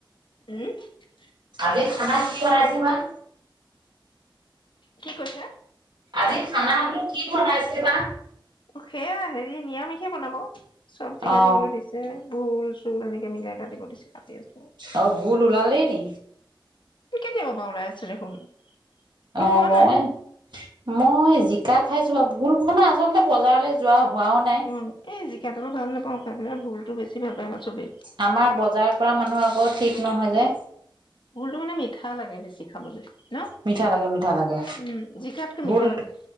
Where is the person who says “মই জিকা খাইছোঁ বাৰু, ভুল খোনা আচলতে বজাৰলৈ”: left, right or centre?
Right